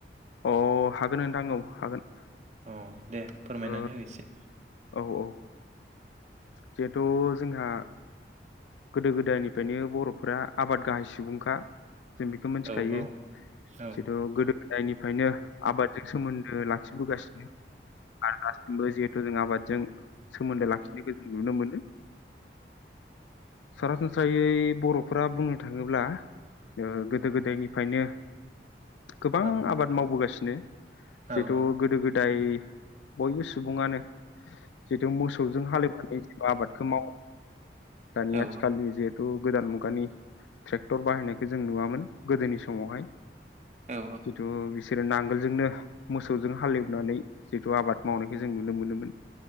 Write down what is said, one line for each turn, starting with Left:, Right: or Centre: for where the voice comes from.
Left: अ हागोन नोंथां औ हागोन।
Right: अ दे फोरमायनानै
Left: ओ
Right: होदो एसे।
Left: औ औ। जिहेथु जोंहा गोदो गोदायनिफ्रायनो बर' फोरा आबाद गाहाय सुबुंखा जों बेखौ मिनथिखायो
Right: औ औ औ
Left: जिथु गोदो गोदायनिफ्रायनो आबादजों सोमोन्दो लाखिबोगासिनो आरो दासिमबो बो हेतु जों आाबाद जों सोमोन्दो लाखिनायखौ जों नुनो मोनो। सरासनस्रायै बर'फोरा बुंनो थाङोब्ला औ गोदो गोदायनिफ्रायनो गोबां
Right: औ
Left: आबाद मावबोगासिनो जिहेथु
Right: औ
Left: गोदो गोदाय बयबो सुबुङानो जिहेथु मोसौजों हालेवनानै आबादखौ मावो दानिया
Right: औ
Left: आथिखालनि जिहेथु गो गोदान मुगानि ट्रेक्टर बाहायनायखौ जों नुवामोन गोदोनि समावहाय।
Right: औ
Left: जिथु बिसोरो नांगोलजोंनो मोसौजों हालेवनानै जिथु आबाद मावनायखौ जों नुनो मोनोमोन।